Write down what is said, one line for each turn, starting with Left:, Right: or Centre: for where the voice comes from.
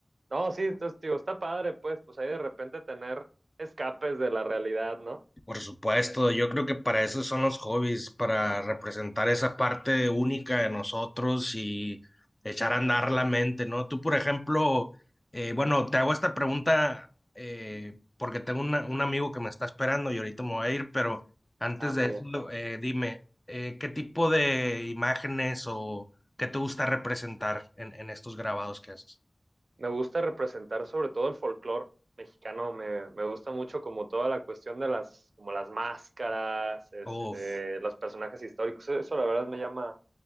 Right: no, sí, entonces digo, está padre, pues, pues ahí de repente tener escapes de la realidad, ¿no?
Left: Por supuesto, yo creo que para eso son los hobbies, para representar esa parte única de nosotros y echar a andar la mente, ¿no? Tú, por ejemplo, eh, bueno, te hago esta pregunta eh, porque tengo una- un amigo que me está esperando y ahorita me voy a ir, pero antes
Right: Ah, muy
Left: de eso,
Right: bien.
Left: eh, dime, eh, ¿qué tipo de imágenes o qué te gusta representar en, en estos grabados que haces?
Right: me gusta representar sobre todo el folclore mexicano, me, me gusta mucho como toda la cuestión de las, como las máscaras, este,
Left: Uf,
Right: los personajes históricos, eso la verdad me llama,